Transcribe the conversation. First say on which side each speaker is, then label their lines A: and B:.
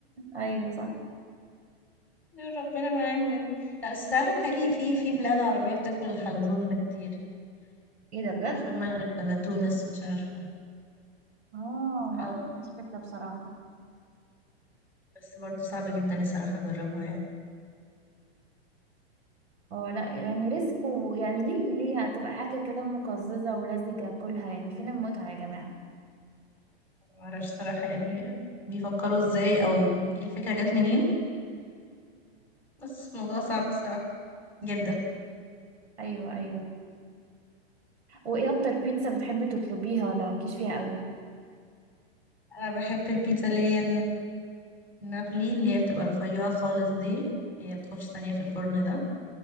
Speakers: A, on the right; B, in the centre.
A: ايوه صح
B: دول ربنا معاهم يعني لا بس عارفة بتهيألي في في بلاد عربية بتاكل الحلزون ده كتير
A: ايه ده
B: مش
A: بجد
B: عارفة المغرب ولا تونس مش عارفة
A: اه لا
B: اه
A: مفيش فكرة بصراحة
B: بس برضو صعب جدا الصراحة اجربها يعني
A: اه لا يعني ريسك ويعني ليه ليه هتبقى حاجة كده مقززة ولزجة كلها يعني فين المتعة يا جماعة
B: معرفش صراحة يعني بيفكروا ازاي او الفكرة جت منين بس الموضوع صعب الصراحة جدا
A: ايوه ايوه وايه اكتر بيتزا بتحبي تطلبيها ولا مالكيش فيها قوي
B: انا بحب البيتزا اللي هي نابلي اللي هي بتبقى رفيعة خالص دي اللي هي بتاخدش ثانية في الفرن ده